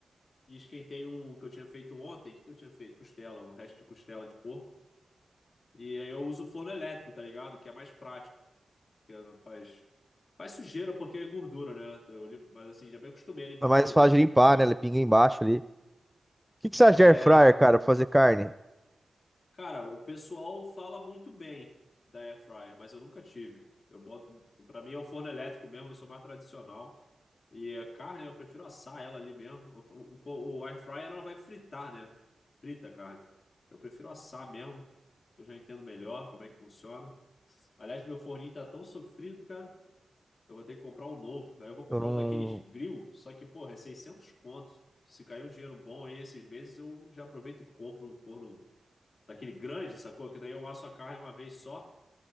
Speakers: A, on the left; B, in the centre.
A: E esquentei um que eu tinha feito ontem. O que que eu tinha feito? Costela, o resto de costela de porco. E aí eu uso forno elétrico, tá ligado? Que é mais prático, que não faz. Faz sujeira porque é gordura, né? Eu, lim- mas assim, já me acostumei a limpar
B: É mais
A: a gordura,
B: fácil de limpar,
A: porque.
B: né? Ele pinga embaixo ali. O que, que você acha de
A: É.
B: air fryer, cara, pra fazer carne?
A: Cara, o pessoal fala muito bem da air fryer, mas eu nunca tive. Eu boto, para mim é o forno elétrico mesmo, eu sou mais tradicional. E a carne, eu prefiro assar ela ali mesmo. O, o, o air fryer ela vai fritar, né? Frita a carne. Eu prefiro assar mesmo. Eu já entendo melhor como é que funciona. Aliás, meu forninho tá tão sofrido, cara. Eu vou ter que comprar um novo. Aí eu vou comprar
B: Eu não...
A: um daqueles grill, só que, porra, é 600 conto. Se cair um dinheiro bom aí esses meses, eu já aproveito e compro um forno Daquele grande, sacou? Que daí eu asso a carne uma vez só